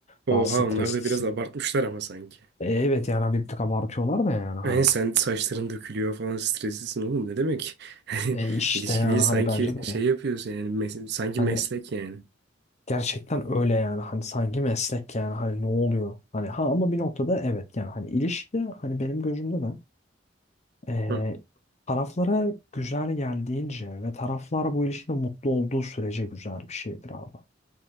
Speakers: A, on the right; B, on the left.
A: Oha
B: Daha streslisin.
A: onlar da biraz abartmışlar ama sanki.
B: E, evet yani bir tık abartıyorlar da yani hani.
A: Yani sen saçların dökülüyor falan streslisin oğlum ne demek? <laughs>
B: E işte
A: İlişki
B: yani
A: değil sanki
B: hani bence de.
A: şey yapıyorsun yani mes- sanki
B: Hani
A: meslek yani.
B: Gerçekten öyle yani hani sanki meslek yani hani ne oluyor hani ha ama bir noktada evet yani hani ilişki hani benim gözümde de eee,
A: Hı.
B: taraflara güzel geldiğince ve taraflar bu ilişkide mutlu olduğu sürece güzel bir şeydir abi.